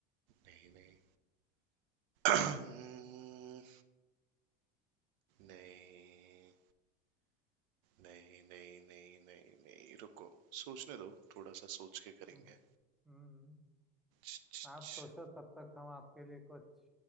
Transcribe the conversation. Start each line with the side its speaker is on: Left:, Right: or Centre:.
Right: नहीं नहीं हम्म, नहीं नहीं नहीं नहीं नहीं नहीं रुको सोचने दो थोड़ा सा सोच के करेंगे
Centre: हम्म हम्म हम्म।
Right: छ, छ,
Centre: आप
Right: छ।
Centre: सोचो तब तक हम आपके लिए कुछ